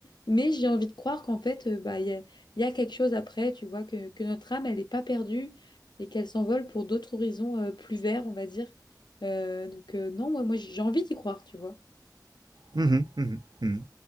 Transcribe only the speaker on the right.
Mhm, mhm, mhm.